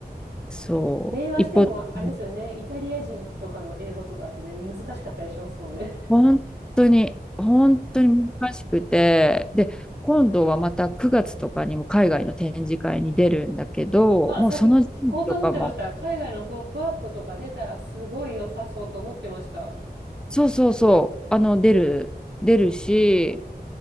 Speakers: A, in the centre; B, on the right.
A: そう、
B: 電話しても、
A: 一方、
B: あれですよね。
A: うん
B: イタリア人とかの英語とかだとね、難しかったりしますもんね。
A: 本当に、本当に難しくて、で、今度はまた9月とかにも海外の展示会に出るんだけど、
B: あ、
A: もうその時期とかも、
B: さっき聞こうと思ってました。海外のポップアップとか出たらすごい良さそうと思ってました。
A: そうそうそう、あの、出る、出るし、